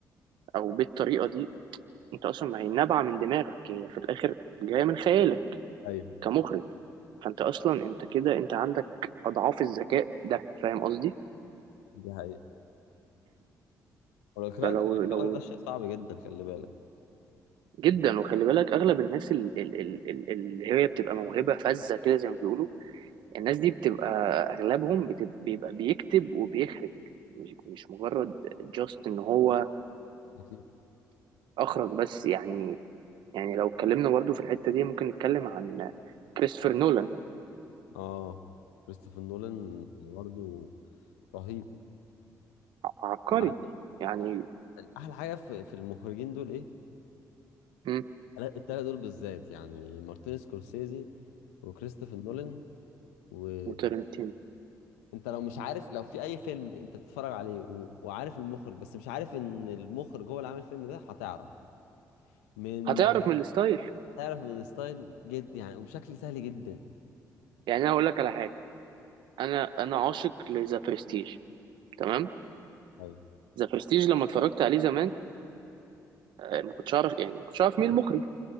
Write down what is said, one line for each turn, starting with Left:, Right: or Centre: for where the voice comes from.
Right: او بالطريقة دي انت اصلا ما هي نابعة من دماغك هي في الاخر جاية من خيالك
Left: ايوه
Right: كمخرج فانت اصلا انت كده انت عندك اضعاف الذكاء ده فاهم قصدي
Left: دي حقيقة والاخراج
Right: فلو
Left: الاخراج
Right: لو
Left: ده شيء صعب جدا خلي بالك
Right: جدا وخلي بالك اغلب الناس ال- ال- ال- ال- اللي هي بتبقى موهبة فذة كده زي ما بيقولوا الناس دي بتبقى اغلبهم بتبقى بيبقى بيكتب وبيخرج مش مش مجرد جاست ان هو
Left: أكيد
Right: اخرج بس يعني يعني لو اتكلمنا برضه في الحتة دي ممكن نتكلم عن كريستوفر نولان
Left: اه كريستوفر نولان برضه رهيب
Right: عبقري
Left: عارف
Right: يعني
Left: احلى حاجه في في المخرجين دول ايه
Right: مم،
Left: التلا- التلاته دول بالذات يعني مارتن سكورسيزي وكريستوفر نولان وانت
Right: وترنتينو
Left: لو مش عارف لو في اي فيلم انت بتتفرج عليه و... وعارف المخرج بس مش عارف ان المخرج هو اللي عامل الفيلم ده هتعرف من
Right: هتعرف من الستايل
Left: تعرف من الستايل جد يعني وبشكل سهل جدا
Right: يعني انا هقول لك على حاجة انا انا عاشق لذا برستيج تمام
Left: ايوه
Right: ذا برستيج لما اتفرجت عليه زمان آه، ما كنتش اعرف يعني ما كنتش اعرف مين المخرج